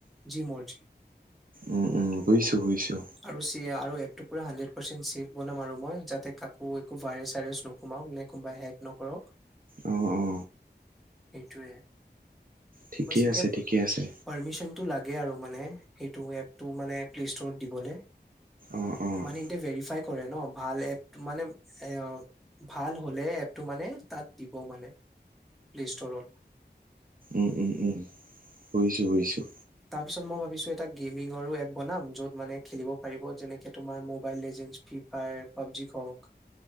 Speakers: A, in the centre; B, on the right.
A: যি মৰ্জি।
B: উম, উম, বুজিছো বুজিছো
A: আৰু চিয়া আৰু এপটো পোৰা হাণ্ড্ৰেড পাৰ্চেন্ট চেফ। বনাম আৰু মই যাতে কাকো একো ভাইৰেছ চাইৰেছ নুকোমাওক নে কোনোবাই হেক নকৰক।
B: অ অ।
A: এইটোৱে।
B: ঠিকেই
A: বাছ এতিয়া,
B: আছে ঠিকেই আছে
A: পাৰ্মিশ্বন। তোক লাগে আৰু মানে সেইটো এপটো মানে প্লেষ্টৰত দিবলে।
B: অ', অ',
A: মানে এটে ভেৰিফাই কৰে ন, ভাল এপ মানে এ ভাল হলে এপটো মানে তাত দিব মানে। প্লে'ষ্টৰত।
B: উ-উ-উ বুইছো বুইছোঁ।
A: তাৰপিছত মই ভাবিছো এটা গেমিংৰো এপ বনাম য'ত মানে খেলিব পাৰিব যেনেকে তোমাৰ মোবাইল লেজে ফ্ৰী ফায়াৰ পাবজিক হওক